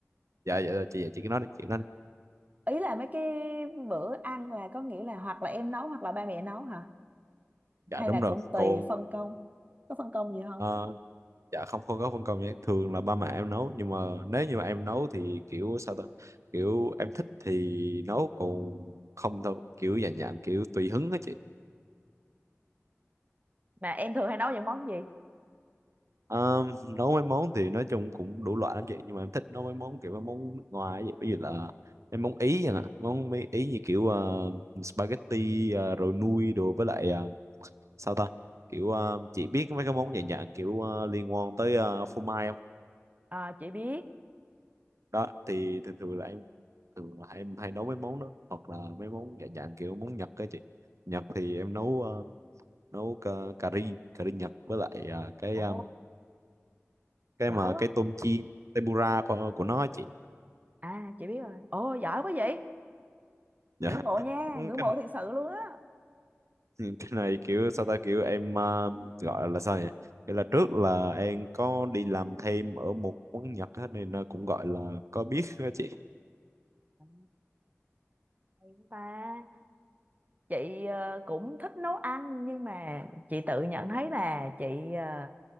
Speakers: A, on the right; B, on the right.
A: dạ dạ dạ, chị dạ, chị cứ nói đi chị nói đi
B: ý là mấy cái bữa ăn là có nghĩa là hoặc là em nấu hoặc là ba mẹ nấu hả
A: dạ
B: hay
A: đúng
B: là
A: rồi
B: cũng tùy
A: còn
B: phân công có phân công gì không
A: ờ, dạ không không có phân công nha thường là ba mẹ em nấu nhưng mà nếu như mà em nấu thì kiểu sao ta kiểu em thích thì nấu còn không thôi kiểu dạng dạng kiểu tùy hứng á chị
B: mà em thường hay nấu những món gì
A: Ờm, nấu mấy món thì nói chung cũng đủ loại lắm chị nhưng mà em thích nấu mấy món kiểu mấy món nước ngoài vậy ví dụ là em món ý vậy nè món mấy ý như kiểu ờ, spaghetti ờ, rồi nui đồ với lại ờ, sao ta kiểu ờ, chị biết mấy cái món dạng dạng kiểu ờ, liên quan tới ờ, phô mai không
B: Ờ, chị biết
A: đó thì thường thường là em thường là em hay nấu mấy món đó hoặc là mấy món dạng dạng kiểu món Nhật á chị Nhật thì em nấu ờ, nấu cà, cà ri cà ri Nhật với lại ờ, cái
B: ồ
A: ờ, cái
B: giỏi
A: mà
B: quá
A: cái tôm chiên tempura của, của nó á chị
B: à chị biết rồi ồ giỏi quá vậy
A: dạ
B: ngưỡng mộ nha
A: Ừ,
B: ngưỡng
A: cái,
B: mộ thiệt sự luôn á
A: cái này kiểu sao ta kiểu em ờ, gọi là sao nhỉ kiểu là trước là em có đi làm thêm ở một quán Nhật á, nên nó cũng gọi là có biết á chị
B: Ừ, hay quá ta chị ờ, cũng thích nấu ăn nhưng mà chị tự nhận thấy là chị ờ,